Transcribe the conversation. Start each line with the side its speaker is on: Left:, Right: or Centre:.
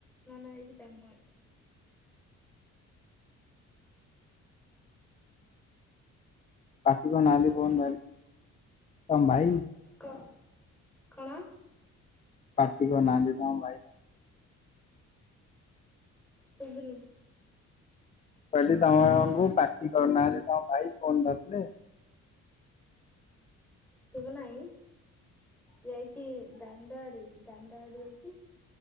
Centre: ନନା ଯାଇଛି ଦାଣ୍ଡ ଆଡେ।
Left: ପାଟି କରୁନାହାନ୍ତି ଫୋନ୍ ଧରିଲେ, ତମ ଭାଇ?
Centre: କ କଣ?
Left: ପାଟି କରୁନାହାନ୍ତି ତମ ଭାଇ?
Centre: ଶୁଭୁନି।
Left: ମୁଁ କହିଲି ତମମାନଙ୍କୁ ପାଟି କରୁନାହାନ୍ତି ତମ ଭାଇ ଫୋନ ଧରିଲେ?
Centre: ଶୁଭୁନାହିଁ। ଯାଇଛି ଦାଣ୍ଡ ଆଡେ ଦାଣ୍ଡ ଆଡେ ଯାଇଛି।